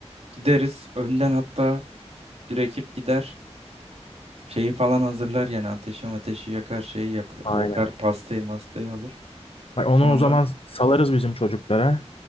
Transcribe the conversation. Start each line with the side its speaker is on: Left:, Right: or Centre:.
Right: gideriz önden hatta bir ekip gider şeyi falan hazırlar yani ateşi ateşi yakar şeyi yap-
Left: Aynen.
Right: yakar pastayı mastayı alır.
Left: Bak onu
Right: Sonra
Left: o zaman salarız bizim çocuklara.